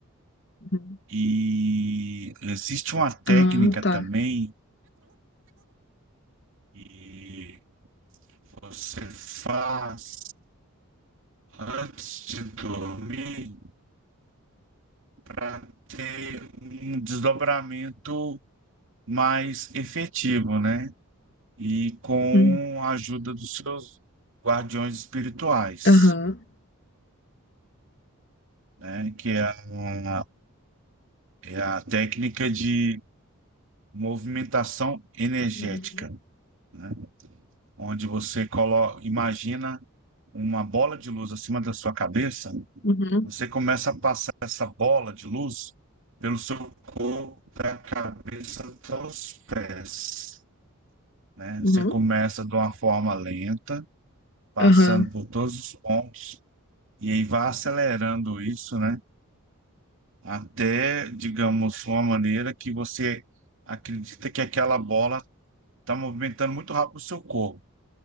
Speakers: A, on the left (about 55°); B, on the right (about 60°).
A: uhum.
B: E existe uma técnica
A: Ah, tá.
B: também que você faz antes de dormir para ter um desdobramento mais efetivo, né? E com
A: Hum,
B: a ajuda dos seus guardiões espirituais,
A: Aham.
B: né? Que é a, é a técnica de movimentação energética,
A: Uhum.
B: né? Onde você colo- imagina uma bola de luz acima da sua cabeça,
A: Uhum.
B: você começa a passar essa bola de luz pelo seu corpo, da cabeça até os pés, né? Você
A: Uhum.
B: começa de uma forma lenta, passando
A: Aham.
B: por todos os pontos, e aí vai acelerando isso, né? Até, digamos, uma maneira que você acredita que aquela bola está movimentando muito rápido o seu corpo.